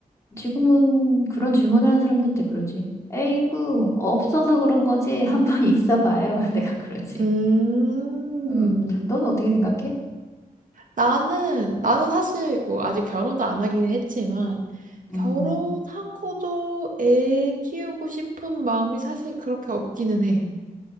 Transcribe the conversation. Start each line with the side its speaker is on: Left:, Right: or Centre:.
Left: 지금은 그런 질문을 하는 사람들한테 그러지. 에이구, 없어서 그런 거지. 한번 <laughs> 있어 봐요. <laughs> 내가 그러지.
Right: 음.
Left: 음, 너는 어떻게 생각해?
Right: 나는, 나는 사실 뭐 아직 결혼도 안 하긴 했지만,
Left: 음,
Right: 결혼하고도 애 키우고 싶은 마음이 사실 그렇게 없기는 해.